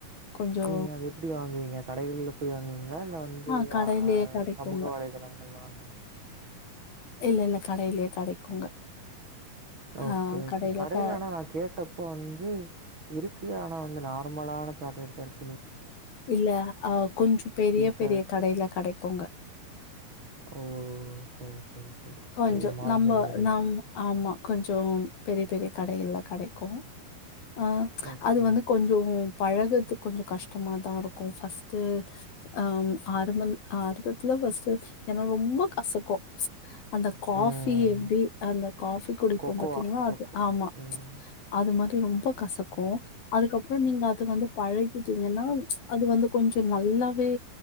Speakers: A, on the left; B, on the right.
A: கொஞ்சோ
B: நீங்க அத எப்டி வாங்குவீங்க கடைகள்ல போய் வாங்குவீங்ளா இல்ல வந்து
A: ஆ கடையிலயே
B: அ ஆ
A: கெடைக்குங்க
B: சமூக வலைதளங்கள்ல வாங்குவீங்ளா
A: இல்லல்ல கடைலயே கெடைக்குங்க
B: ஓகே
A: ஆ
B: ஓகே
A: கடையில
B: கடைலனா
A: க
B: நா கேட்டப்போ வந் து இருக்கு ஆனா வந்து நார்மலான சாக்லேட்தா இருக்
A: இல்ல அ கொஞ்சோ பெரிய
B: ச
A: பெரிய கடைல கெடைக்குங்க
B: ஓ சரி, சரி, சரி.
A: கொஞ்சோ
B: பெரிய மால்களில
A: நம்ம
B: கிடைக்கும்.
A: நம் ஆமா கொஞ்சோ பெரிய பெரிய கடையில்ல கெடைக்கு ஆ
B: ஓகே.
A: அது வந்து கொஞ்சோ பழகத்துக் கொஞ்சொ கஷ்டமா தா இருக்கு ஃபஸ்ட்டு அம் ஆரம்பம் ஆரம்பத்துல ஃபஸ்ட்டு ஏன்னா ரொம்ப கசக்கு அந்த காஃபி
B: ம்.
A: எப்டி அந்த காஃபி குடிப்போம்
B: கொக்கோவா,
A: பாத்திங்களா
B: கொக்கோ.
A: அது ஆமா
B: ம்.
A: அது மாரி ரொம்ப கசக்கு அதுக்கப்றோ நீங்க அது வந்து பழகிட்டீங்கன்னா அது வந்து கொஞ்சோ நல்லாவே